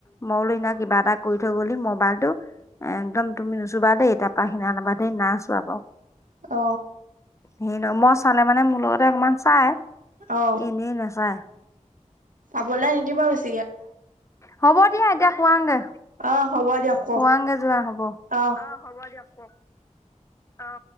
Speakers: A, on the left (about 20°); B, on the right (about 80°).
A: মই বোলো সিদিনা কিবা এটা কৰি থৈ গ'লি, মোবাইলটো একদম তুমি নুচোবা দেই, তাৰপা সেইদিনাখনৰ পৰা ধৰি নাই চোৱা বাৰু।
B: অ
A: হেই ন মই চালে মানে মোৰ লগতে অকমান চাই
B: অ
A: এনেই নাচায়
B: চাবলৈ নিদিব বেছি
A: হ'ব দিয়া এতিয়া শুৱাংগে
B: অ হ'ব দিয়ক কওক
A: শুৱাংগে যোৱা হ'ব
B: অ
A: হ'ব দিয়ক কওক অ